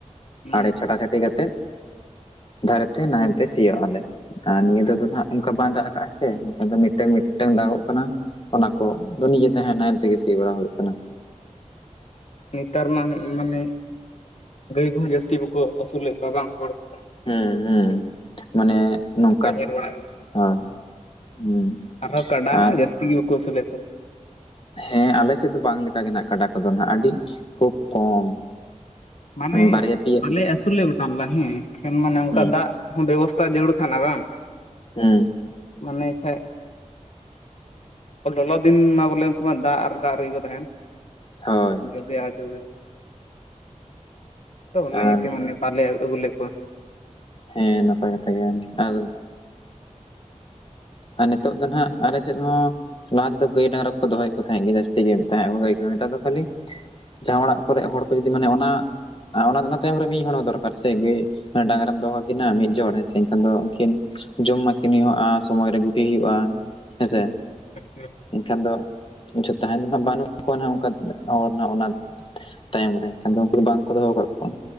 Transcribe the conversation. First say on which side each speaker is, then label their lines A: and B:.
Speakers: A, on the left (about 60°); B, on the left (about 40°).
A: ᱦᱩᱸ
B: ᱟᱲᱮ ᱪᱷᱟᱴᱟᱼᱪᱷᱟᱴᱤ ᱠᱟᱛᱮᱫ ᱫᱷᱟᱨᱮ ᱛᱮ ᱱᱟᱦᱮᱞ ᱛᱮ ᱥᱤᱭᱳᱜ ᱟᱞᱮ᱾ ᱟᱨ ᱱᱤᱭᱟᱹ ᱫᱷᱟᱣ ᱫᱚ ᱱᱟᱦᱟᱜ ᱚᱝᱠᱟ ᱵᱟᱝ ᱫᱟᱜ ᱠᱟᱜᱼᱟᱭ ᱥᱮ ᱠᱷᱟᱱ ᱫᱚ ᱢᱤᱫᱴᱟᱝ ᱢᱤᱫᱴᱟᱝ ᱫᱟᱜᱚᱜ ᱠᱟᱱᱟ᱾ ᱚᱱᱟ ᱠᱚ ᱫᱚ ᱱᱤᱡᱮᱛᱮ ᱦᱮ ᱱᱟᱦᱮᱞ ᱛᱮᱜᱮ ᱥᱤ ᱵᱟᱲᱟ ᱦᱩᱭᱩᱜ ᱠᱟᱱᱟ᱾
A: ᱱᱮᱛᱟᱨ ᱢᱟᱦᱟᱜ ᱢᱟᱱᱮ ᱜᱟᱹᱭ ᱠᱚᱦᱚᱸ ᱡᱟᱹᱥᱛᱤ ᱵᱟᱠᱚ ᱟᱹᱥᱩᱞᱮᱜ ᱠᱚᱣᱟ ᱵᱟᱝ ᱦᱚᱲ ᱠᱚ᱾
B: ᱦᱩᱸ ᱦᱩᱸ ᱢᱟᱱᱮ
A: ᱚᱱᱠᱟ
B: ᱱᱚᱝᱠᱟᱱ
A: ᱧᱮᱞ ᱵᱟᱲᱟᱜ ᱠᱟᱱᱟ
B: ᱦᱳᱭ ᱦᱩᱸ
A: ᱟᱨᱦᱚᱸ ᱠᱟᱰᱟ ᱢᱟ
B: ᱟᱨ
A: ᱡᱟᱹᱥᱛᱤ ᱜᱮ ᱵᱟᱠᱚ ᱟᱹᱣᱥᱩᱞᱮᱜ ᱠᱚ᱾
B: ᱦᱮᱸ ᱟᱞᱮ ᱥᱮᱫ ᱫᱚ ᱵᱟᱝ ᱞᱮᱠᱟᱜ ᱜᱮ ᱱᱟᱦᱟᱜ ᱠᱟᱰᱟ ᱠᱚᱫᱚ ᱱᱟᱦᱟᱜ ᱟᱹᱰᱤ ᱠᱷᱩᱵ ᱠᱚᱢ᱾
A: ᱢᱟᱱᱮ
B: ᱵᱟᱨᱭᱟ ᱯᱮᱭᱟ
A: ᱟᱞᱮ ᱟᱹᱥᱩᱞ ᱞᱮ ᱜᱚᱴᱟ ᱞᱮᱫᱟ ᱦᱮᱸ ᱮᱠᱷᱮᱱ ᱢᱟᱱᱮ ᱚᱱᱠᱟ
B: ᱦᱩᱸ
A: ᱫᱟᱜ- ᱦᱚ ᱵᱮᱵᱚᱥᱛᱟ ᱡᱟᱨᱩᱲ ᱛᱟᱦᱮᱱᱟ ᱵᱟᱝ?
B: ᱦᱮᱸ
A: ᱢᱟᱱᱮ ᱠᱷᱟᱡ ᱞᱚᱞᱚ ᱫᱤᱱ ᱢᱟ ᱵᱚᱞᱮ ᱩᱱᱠᱩ ᱢᱟ ᱫᱟᱜ ᱟᱨ ᱫᱟᱜ ᱨᱮᱜᱮ ᱠᱚ ᱛᱟᱦᱮᱱ
B: ᱦᱳᱭ
A: ᱡᱚᱵᱮ ᱟᱨ ᱡᱚᱵᱮ, ᱛᱚ ᱚᱱᱟ
B: ᱟᱨ
A: ᱤᱭᱟᱹᱛᱮ ᱢᱟᱱᱮ ᱵᱟᱞᱮ ᱟᱹᱜᱩ ᱞᱮᱫ ᱠᱚᱣᱟ᱾
B: ᱦᱮᱸ ᱱᱟᱯᱟᱭ ᱠᱟᱛᱷᱟ ᱜᱮᱭᱟ ᱟᱨᱼᱼ ᱟᱨ ᱱᱤᱛᱚᱜ ᱫᱚ ᱦᱟᱜ ᱟᱞᱮᱥᱮᱫ ᱦᱚᱸᱼᱼ ᱞᱟᱦᱟ ᱛᱮᱫᱚ ᱜᱟᱹᱭ ᱰᱟᱝᱨᱟ ᱠᱚ ᱫᱚᱦᱚᱭᱮᱫ ᱠᱚ ᱛᱟᱦᱮᱸᱫ ᱜᱮ ᱡᱟᱹᱥᱛᱤ ᱜᱮ ᱛᱟᱦᱮᱸᱫ ᱠᱟᱹᱭ ᱠᱚ ᱱᱮᱛᱟᱨ ᱫᱚ ᱠᱷᱟᱹᱞᱤᱼ ᱡᱟᱦᱟᱸ ᱚᱲᱟᱜ ᱠᱚᱨᱮ ᱦᱚᱲ ᱠᱚ ᱡᱩᱫᱤ ᱢᱟᱱᱮ ᱚᱱᱟ ᱚᱱᱟ ᱚᱱᱟ ᱛᱟᱭᱚᱢ ᱨᱮ ᱢᱤᱫ ᱦᱚᱲ ᱦᱚᱸ ᱫᱚᱨᱠᱟᱨ ᱥᱮ, ᱰᱟᱝᱨᱟᱢ ᱫᱚᱦᱚ ᱠᱤᱱᱟᱹ ᱢᱤᱫ ᱡᱚᱲ ᱦᱮᱸᱥᱮ ᱮᱱᱠᱷᱟᱱ ᱫᱚ ᱩᱱᱠᱤᱱ ᱡᱚᱢ ᱢᱟᱠᱤᱱᱼ <inaudible> ᱦᱩᱭᱩᱜᱼᱟ ᱥᱚᱢᱚᱭ ᱨᱮ ᱜᱩᱯᱤ ᱦᱩᱭᱩᱜᱼᱟ ᱦᱮᱸᱥᱮ
A: <unintelligible>
B: ᱮᱱᱠᱷᱟᱱ ᱫᱚ ᱡᱷᱚ ᱛᱟᱦᱮᱱ ᱫᱚ ᱦᱟᱸᱜ ᱵᱟᱹᱱᱩᱜ ᱠᱚᱣᱟᱜ ᱚᱱᱠᱟ ᱦᱚᱲ ᱱᱟᱦᱟᱜ ᱚᱱᱟ ᱛᱟᱭᱚᱢ ᱨᱮ, ᱟᱫᱚ ᱩᱱᱠᱩ ᱫᱚ ᱵᱟᱝᱠᱚ ᱫᱚᱦᱚ ᱠᱟᱜ ᱠᱚᱣᱟ